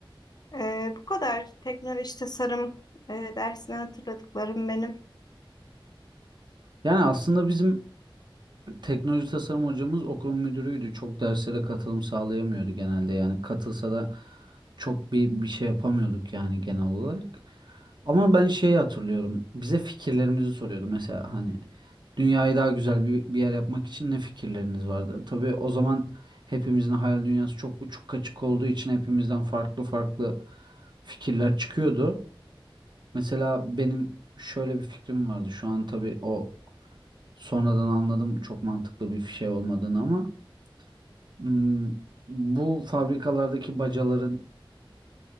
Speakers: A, on the left; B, on the right.
A: Ee, bu kadar teknoloji tasarım e, dersinden hatırladıklarım benim.
B: yani aslında bizim Teknoloji tasarım hocamız okul müdürüydü. Çok derslere katılım sağlayamıyordu genelde. Yani katılsa da çok bir bir şey yapamıyorduk yani genel olarak. Ama ben şeyi hatırlıyorum. Bize fikirlerimizi soruyordu. Mesela hani dünyayı daha güzel bir, bir yer yapmak için ne fikirleriniz vardı? Tabii o zaman hepimizin hayal dünyası çok uçuk kaçık olduğu için hepimizden farklı farklı fikirler çıkıyordu. Mesela benim şöyle bir fikrim vardı. Şu an tabii o Sonradan anladım çok mantıklı bir şey olmadığını ama hmm, bu fabrikalardaki bacaların